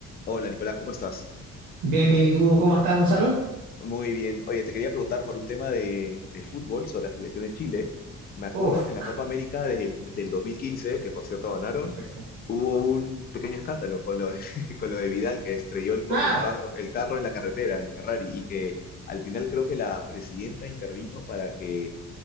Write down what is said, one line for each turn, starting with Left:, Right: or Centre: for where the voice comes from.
Left: Hola Nicolás, ¿cómo estás?
Right: Bien, bien, ¿y tú cómo estás, Gonzalo?
Left: Muy bien. Oye, te quería preguntar por un tema de, de fútbol sobre la selección de Chile. Me acuerdo
Right: Uf,
Left: que en la Copa América del, del 2015, que por cierto ganaron,
Right: Perfecto.
Left: hubo un pequeño escándalo con lo de, <laughs> con lo de Vidal, que estrelló el, co-
Right: ah,
Left: el carro, el carro en la carretera, el Ferrari, y que al final creo que la presidenta intervino para que,